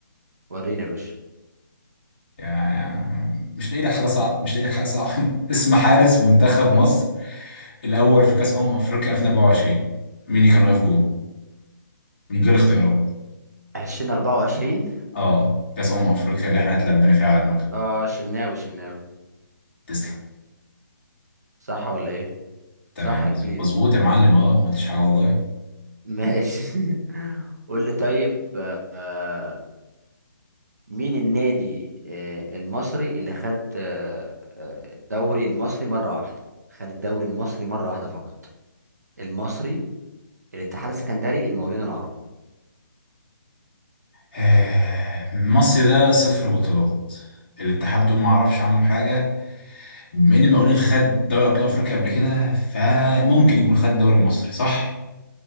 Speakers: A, on the right; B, on the left.
A: وريني يا باشا
B: يعني مش لاقي لك حاجه صعبه مش لاقي لك حاجه صعبه <laughs> اسم حارس منتخب مصر الاول في كاس امم افريقيا 2024 مين اللي كان واقف جول من غير اختيارات
A: عشرين أربعة وعشرين
B: اه كاس امم افريقيا اللي احنا اتلبينا فيها على دماغنا
A: اه شناوي شناوي
B: تسلم
A: صح ولا إيه
B: تمام
A: صح يا
B: مظبوط
A: كبير
B: مظبوط يا معلم اه ما قلتش حاجه والله
A: ماشي <laughs> قول لي طيب آه، مين النادي آه، المصري اللي خد آه، آه، الدوري المصري مرة واحدة خد الدوري المصري مرة واحدة فقط المصري الاتحاد السكندري المقاولين العرب
B: آه، مصر ده صفر بطولات الاتحاد دول ما اعرفش عنهم حاجه بما ان مقاولين خد دوري ابطال افريقيا قبل كده فممكن يكون خد دوري مصري صح